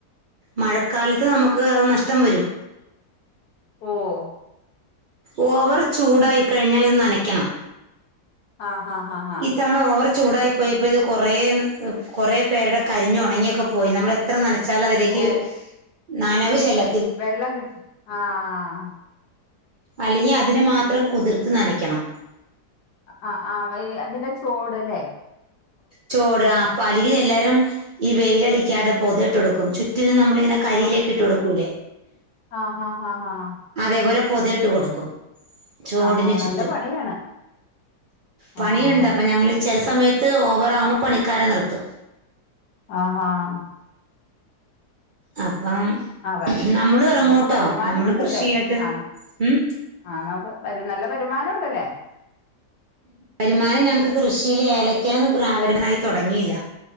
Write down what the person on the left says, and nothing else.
ഓഹ്
ആഹ് ആഹ് ആഹ്
ഓ
വെള്ളം കിട്ട ആ ആ ആഹ്
ആ ആ വയ് അതിന്റെ ചോട്ല്ലേ?
ആ
ആഹ് ആഹ് ആഹ് ആഹ്
ആഹ് ആഹ്
നല്ല പണിയാണ്
ആഹ്
ആഹ് ആഹ് -
അതെ
നമുക്ക് വരുമാനം
കിട്ടൂലേ
ആഹ്
ആഹ് നമുക്ക് വരു നല്ല വരുമാനം ഉണ്ടല്ലേ